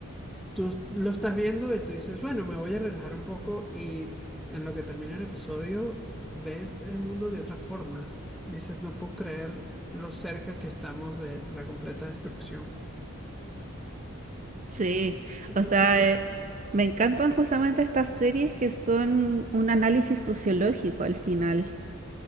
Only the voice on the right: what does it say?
sí,
o sea, eh, me encantan justamente estas series que son un análisis sociológico al final.